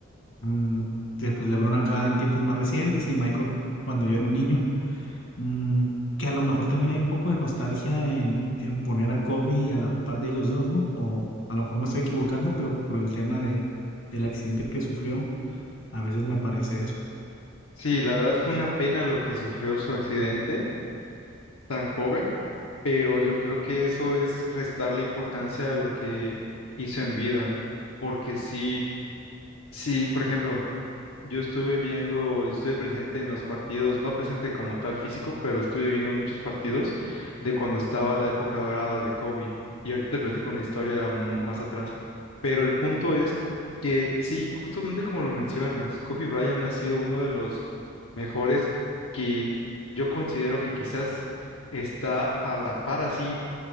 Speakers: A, on the left (about 65°); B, on the left (about 85°).
A: Mm, que, pues LeBron acá en tiempos más recientes y Michael cuando yo era un niño. Mm, que a lo mejor también hay un poco de nostalgia en, en poner a Kobe a la par de ellos dos, ¿no? A lo mejor me estoy equivocando, pero por el tema de, del accidente que sufrió, a veces me parece eso.
B: Sí, la verdad fue una pena lo que sufrió su accidente tan joven, pero yo creo que eso es restarle importancia a lo que hizo en vida, porque sí, sí, por ejemplo, yo estuve viendo, yo estuve presente en los partidos, no presente como tal físico, pero estuve viendo muchos partidos de cuando estaba la época dorada de Kobe. Y ahorita te platico una historia mm, más atrás. Pero el punto es que sí, justamente como lo mencionas, Kobe Bryant ha sido uno de los mejores que yo considero que quizás está a la par así